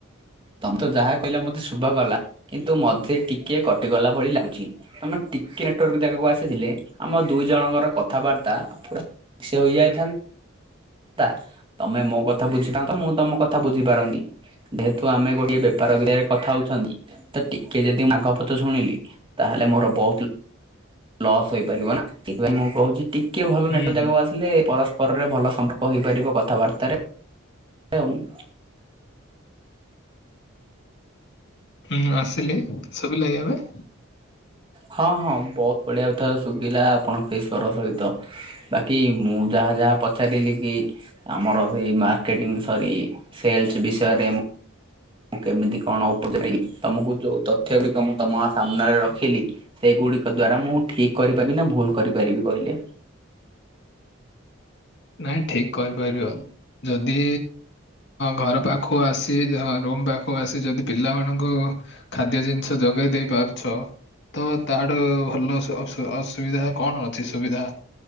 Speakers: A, on the right; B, on the left.
A: ତମେ ତ ଯାହା କହିଲା ମତେ ଶୁଭା ଗଲା କିନ୍ତୁ ମଝିରେ ଟିକେ କଟିଗଲା ଭଳି ଲାଗୁଛି। ତୁମେ ଟିକେ ନେଟୱାର୍କର ଜାଗାକୁ ଆସିଥିଲେ ଆମ ଦୁଇ ଜଣଙ୍କର କଥାବାର୍ତ୍ତା ପୁର ସିଏ ହୋଇଯାଇ ଥାନ୍ ତା ତମେ ମୋ କଥା ବୁଝିଥାନ୍ତ ମୁଁ ତମ କଥା ବୁଝିପାରନି। ଯେହେତୁ ଆମେ ଗୋଟିଏ ବେପାର ବିରେ କଥା ହଉଛନ୍ତି। ତ ଟିକେ ଯଦି ମାଘ ପଛ ଶୁଣିଲି ତାହେଲେ ମୋର ବହୁତ ଲସ୍ ହେଇପାରିବ ନା ସେଥିପାଇଁ ମୁଁ କହୁଛି ଟିକେ ଭଲ
B: ହୁଁ
A: ନେଟ ଜାଗାକୁ
B: ହୁଁ
A: ଆସିଲେ ପର ସ୍ପରରେ ଭଲ ସମ୍ପର୍କ ହେଇପାରିବ କଥାବାର୍ତ୍ତାରେ। <unintelligible>
B: ହୁଁ ଆସିଲି ଶୁଭିଲା କି ଏବେ।
A: ହଁ ହଁ ବହୁତ ବଢିଆ କଥା ଶୁଭିଲା ଆପଣଙ୍କ ସେଇ ସ୍ଵର ସହିତ। ବାକି ମୁଁ ଯାହା ଯାହା ପଚାରିଲି କି ଆମର ସେଇ ମାର୍କେଟିଂ ସରି ସେଲସ ବିଷୟରେ ମୁ ମୁଁ କେମିତି କଣ ଉପଚାରି ତମକୁ ଯୋଉ ତଥ୍ୟ ଗୁଡିକ ମୁଁ ତମ ସାମ୍ନାରେ ରଖିଲି ସେଇଗୁଡିକ ଦ୍ଵାରା ମୁଁ ଠିକ କରିପାରିବି ନା ଭୁଲ କରିପାରିବି କହିଲେ?
B: ନାଇଁ ଠିକ କରିପାରିବ ଯଦି ଘର ପାଖ ପାଖକୁ ଆସି ରୁମ ପାଖକୁ ଆସି ଯଦି ପିଲାମାନଙ୍କୁ ଖାଦ୍ୟ ଜିନିଷ ଯୋଗେଇ ଦେଇ ପାରୁଛ ତ ତାର ଭଲ ଅସୁବିଧା କଣ ଅଛି ସୁବିଧା